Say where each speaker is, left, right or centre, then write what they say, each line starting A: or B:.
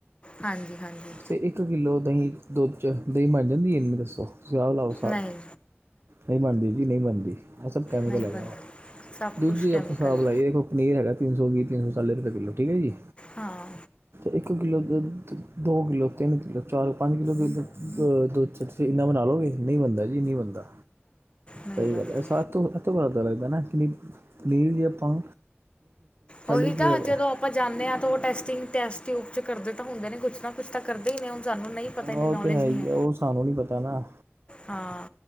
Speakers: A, on the left; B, on the right.
A: ਹਾਂਜੀ ਹਾਂਨੀ ਈ
B: ਤੇ ਇੱਕ ਕਿੱਲੋ ਦਹੀਂ ਦੁੱਧ 'ਚ ਦਹੀਂ ਬਣ ਜਾਂਦੀ ਇੰਨੀ ਦੱਸੋ ਓ ਤੁਸੀ ਆਪ ਲਾਓ ਸਾਬ
A: ਨਹੀਂ
B: ਨਹੀਂ ਬਣਦੀ ਜੀ ਨਹੀਂ ਬਣਦੀ ਈ ਇਹ ਸਭ ਕੈਮੀਕਲ
A: ਨਹੀਂ
B: ਹੈਗਾ
A: ਬਣਦਾ
B: ਆ
A: ਸਭ
B: ਦੂਜੀ
A: ਕੁਛ ਕੈਮੀਕਲ
B: ਆਪਾਂ ਹਿਸਾਬ
A: ਆ
B: ਲਾਈਏ ਕੂ ਨੀਲ ਹੈਗਾ ਤਿੰਨ ਸੌ ਵੀਹ ਰੁਪਏ ਚਾਲੀ ਰੁਪਏ ਕਿੱਲੋ ਠੀਕ ਐ ਜੀ।
A: ਹਾਂ,
B: ਇੱਕ ਕਿੱਲੋ ਦੁੱਧ ਦੋ ਕਿੱਲੋ, ਤਿੰਨ ਕਿੱਲੋ ਚਾਰ ਪੰਜ ਕਿੱਲੋ ਦੁੱਧ ਅੱਛਾ ਤੁਸੀਂ ਇੰਨਾ ਬਣਾ ਲਓਗੇ ਨਹੀਂ ਬਣਦਾ ਜੀ, ਨਹੀਂ ਬਣਦਾ
A: ਨਹੀਂ
B: ਸਹੀ
A: ਬਣਦਾ
B: ਗੱਲ ਐ ਸਾਤੋ ਲੱਗਦਾ ਨਾ ਐਕਚੁਲੀ, ਨੀਲ ਵੀ ਆਪਾਂ
A: ਉਹੀ
B: ਰੁਪਏ
A: ਤਾਂ
B: ਹੈਗਾ
A: ਜਦੋਂ ਆਪਾਂ ਜਾਨੇ ਆ ਤਾਂ ਉਹ ਟੈਸਟਿੰਗ ਟੈਸਟ ਟਿਊਬ ਚ ਕਰਦੇ ਤਾਂ ਹੁੰਦੇ ਨੇ ਕੁਛ ਨਾ ਕੁਛ ਤਾਂ ਕਰਦੇ ਈ ਨੇ ਹੁਣ ਸਾਨੂੰ ਨੀ ਪਤਾ ਇੰਨੀ
B: ਉਹ
A: ਨੌਲੇਜ
B: ਤੇ ਹੈ ਹੀ
A: ਨੀ ਐ।
B: ਆ, ਉਹ ਸਾਨੂੰ ਨੀ ਪਤਾ ਨਾ,
A: ਹਾਂ,